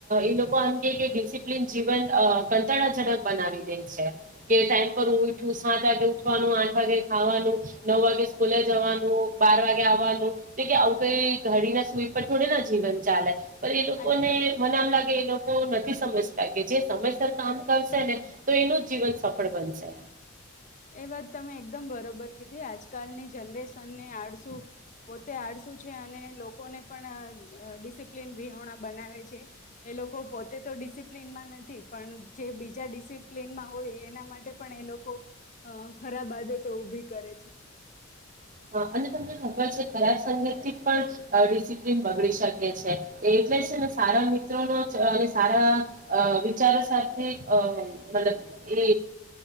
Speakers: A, on the right (about 40°); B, on the left (about 40°).
A: એ લોકો આમ કે ડિસિપ્લિન જીવન કંટાળાજનક બનાવી દે છે કે ટાઈમ પરઠું સાત વાગે ઉઠવાનું આઠ વાગે ખાવાનું નવ વાગે સ્કૂલે જવાનું બાર વાગે આવવાનું તો કે આવું કઈ ઘડી ના સુઈ પર થોડે ના જીવન ચાલે એ લોકો
B: આજ
A: ને મમ લાગે એ લોકો નથી સમજતા કે જે સમયસર કામ કરશે ને તો એનું જ જીવન સફળ બનશે
B: એ વાત તમે એકદમ બરોબર કીધી આજકાલની જનરેશનને આડસુ પોતે આડસું છે અને લોકોને પણ ડિસિપ્લિન વિહોણા બનાવે છે એ લોકો પોતે તો ડિસિપ્લિનમાં નથી પણ જે બીજા ડિસિપ્લિનમાં હોય એના માટે પણ એ લોકો હ ખરાબ આદતો ઉઊભી કરે છે
A: હા અને તમને ખબર છે કચ સંગત પણ ડિસિપ્લન બગડી શકે છે એટલે છે મે સારા મિત્રોનો અને સારા વિચારો સાથે મતલબ એ